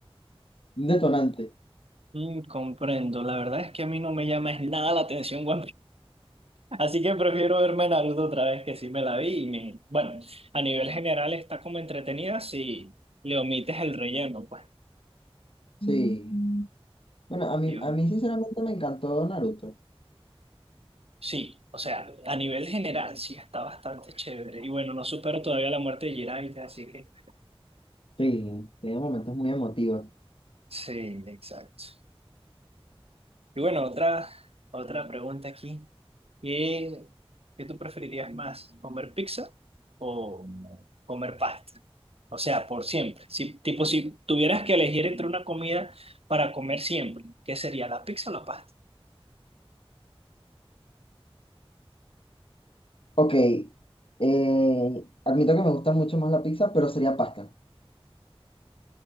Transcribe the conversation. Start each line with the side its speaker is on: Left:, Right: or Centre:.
Left: un detonante.
Right: Mm, comprendo. La verdad es que a mí no me llama es nada la atención One Piece. Así que prefiero verme Naruto otra vez que sí me la vi. Y me... Bueno, a nivel general está como entretenida si le omites el relleno, pues.
Left: Sí. Mm. Bueno, a mí,
Right: Y bueno,
Left: a mí sinceramente me encantó Naruto.
Right: Sí, o sea, a nivel general sí está bastante chévere. Y bueno, no supero todavía la muerte de Jiraiya, así que.
Left: Sí, tiene momentos muy emotivos.
Right: Sí, exacto. Y bueno, otra, otra pregunta aquí. ¿Qué, qué tú preferirías más? ¿Comer pizza o comer pasta? O sea, por siempre. Si, tipo, si tuvieras que elegir entre una comida para comer siempre, ¿qué sería, la pizza o la pasta?
Left: Ok, eh, admito que me gusta mucho más la pizza, pero sería pasta.